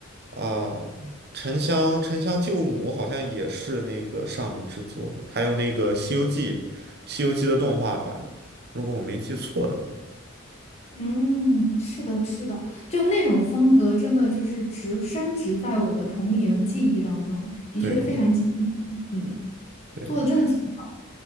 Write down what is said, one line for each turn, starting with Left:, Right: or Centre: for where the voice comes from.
Right: 啊，沉香沉香救母好像也是那个上美制作的，还有那个《西游记》，《西游记》的动画版，如果我没记错的话，
Left: 嗯，是的，是的，就那种风格，真的就是植深植在我的童年记忆当中，的确非常经典。
Right: 对
Left: 嗯，
Right: 对，
Left: 做的真的挺好。的。